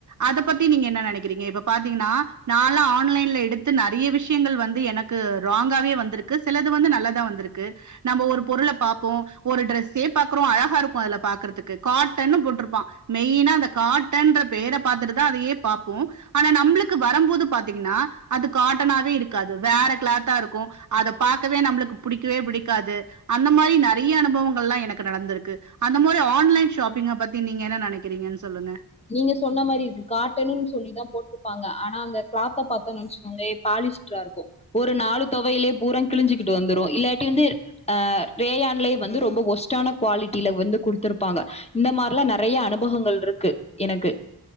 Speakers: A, on the right; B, on the left.
A: அத பத்தி நீங்க என்ன நனைக்கிறீங்க இப்ப பாத்தீங்ன்னா நாலா ஆன்லைன்ல எடுத்து நறைய விஷயங்கள் வந்து எனக் கு ராங்காவே வந்திருக்கு சிலது வந்து நல்லதான் வந்திருக்கு நம்ம ஒரு பொருள பாப்போ ஒரு டிரரெஸ்ஸே பாக்குறோ அழகா இருக்கோ அதுல பாக்குறதுக்கு காட்டன்னு போட்ருப்பா மெயினா அந்த காட்டன்ற பெயர பாத்துட்டுதா அதையே பாப்போ ஆனா நம்முளுக்கு வரும்போது பாத்தீங்கன்னா அது காட்டனாவே இருக்காது வேற க்ளாத்தா இருக்கோ அத பாக்கவே நம்முளுக்கு பிடிக்கவே பிடிக்காது அந்த மாரி நறைய அனுபவங்கள்லா எனக்கு நடந்திருக்கு அந்த மாரி ஆன்லைன் ஷாப்பீங்க பத்தி நீங்க என்ன நெனைக்கிறீங்கன்னு சொல்லுங்க
B: நீங்க சொன்ன மாரி இது காட்டனுன்னு சொல்லிதா போட்டுருப்பாங்க ஆனா அந்த கிளாத்த பாத்தோன்னு நெனச்சுக்கோங்கலே பாலிஷ் பெட்ரா இருக்கோ ஒரு நாலு தொவையிலே பூரா கிழிஞ்சிக்கிட்டு வந்துரோ இல்லாட்டி வந்து அ ரேயான்லயே வந்து ரொம்ப ஒஸ்டான குவாலிட்டில வந்து குடுத்துருப்பாங்க இந்த மாரிலா நறைய அனுபவங்கள் இருக்கு எனக்கு